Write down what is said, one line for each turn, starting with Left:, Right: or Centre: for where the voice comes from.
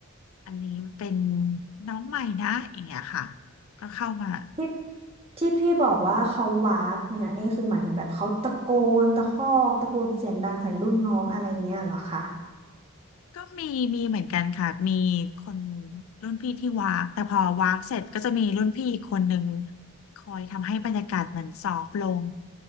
Left: อันนี้มันเป็นน้องใหม่นะอย่างเงี้ยค่ะก็เข้ามา
Right: ที่ที่พี่บอกว่าเขาวากเนี่ยนี่คือหมายถึงแบบเขาตะโกนตะคอกตะโกนเสียงดังใส่รุ่นน้องอะไรเงี้ยเหรอคะ
Left: ก็มีมีเหมือนกันค่ะมีคนรุ่นพี่ที่วากแต่พอวากเสร็จก็จะมีรุ่นพี่อีกคนหนึ่งคอยทำให้บรรยากาศมันซอฟต์ลง